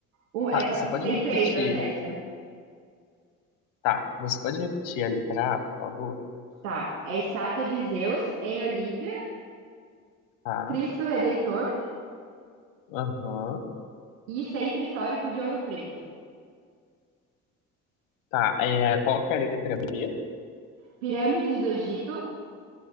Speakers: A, on the right (about 85°); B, on the left (about 80°).
A: Um,
B: Tá,
A: é só,
B: você pode
A: tem
B: repetir.
A: três das sete, né?
B: Tá, você pode repetir a letra A, por favor?
A: Tá. É estátua de Zeus em Olímpia,
B: Tá,
A: Cristo Redentor
B: aham.
A: e Centro Histórico de Ouro Preto.
B: Tá, é, qual que é a letra B?
A: Pirâmides do Egito,